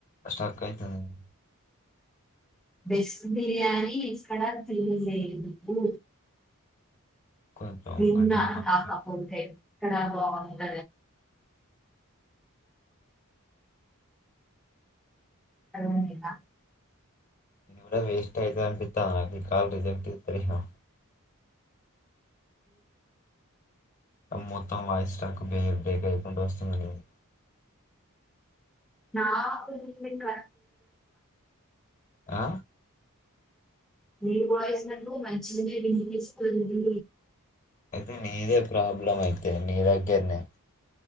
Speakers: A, on the left; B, in the centre.
A: అష్ట అక్కయితుంది
B: బెస్ట్ బిర్యానీ ఇక్కడ తిన్లేదు
A: కొంచెం
B: విన్నాహపోంట
A: గట్టిగా మాట్లాడు
B: ఇక్కద బద క లేద
A: ఇది కూడా వేస్ట్ అయితది అనిపిత్తాంది నాకు ఈ కాల్ రిజెక్ట్ చేత్తారేమో అ మొత్తం వాయిస్ స్టాక్ బే బ్రేక్ అవ్వుకుంట వస్తుంది మీది
B: నా కతుంద
A: ఆ
B: మీ వాయిస్ నాకు మంచిగనే వినిపిస్తుంది
A: అయితే నీదే ప్రాబ్లం అయితే నీ దగ్గరనే